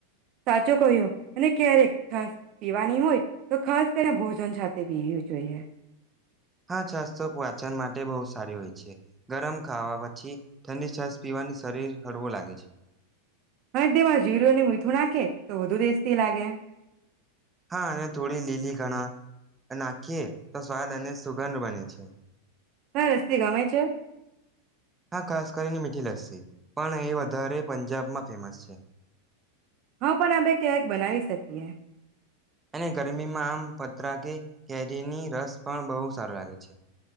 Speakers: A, on the right; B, on the right.
A: સાચો કહયો અને ક્યારેક છાસ પીવાની હોય તો ખાસ કરીને ભોજન સાથે પીવી જોઈએ.
B: હા છાશ તો પાચન માટે બહુ સારી હોય છે ગરમ ખાવા પછી ઠંડી છાશ પીવાનું શરીર હળવું લાગે છે.
A: હ તેમાં જીરું ને મીઠું નાખે તો વધુ ડેસ્ટી લાગે.
B: હા અને થોડી નીની કણા નાખીએે તો સ્વાદ અને સુગંધ બને છે.
A: હ લસી ગમે છે?
B: હા ખાસ કરીને મીઠી લસ્સી. પણ એ વધારે પંજાબમાં ફેમસ છે.
A: હા પણ આપે કેક બનાવી શકીએ
B: અને ગરમીમાં આમ પતરા કે કેરીની રસ પણ બહુ સારો લાગે છે.